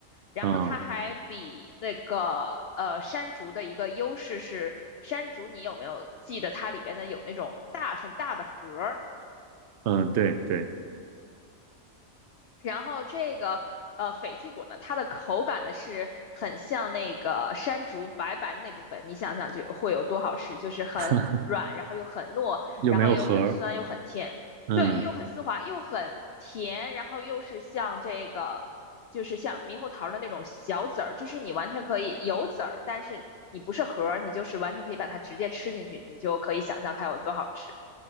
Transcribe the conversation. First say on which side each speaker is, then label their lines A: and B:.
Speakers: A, on the left (about 60°); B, on the right (about 65°).
A: 然后它还比那个呃山竹的一个优势是，
B: 啊
A: 山竹你有没有记得它里边的有那种大很大的核儿？
B: 嗯对对，
A: 然后这个呃斐济果呢，它的口感呢是很像那个山竹白白的那部分，你想想就会有多好吃，就是很软，
B: <laughs>
A: 然后又很糯，
B: 又没有核儿，
A: 然后又很酸又很甜，
B: 嗯
A: 对，又很丝滑又很甜，然后又是像这个就是像猕猴桃的那种小籽儿，就是你完全可以有籽儿，但是你不是核儿，你就是完全可以把它直接吃进去，你就可以想象它有多好吃。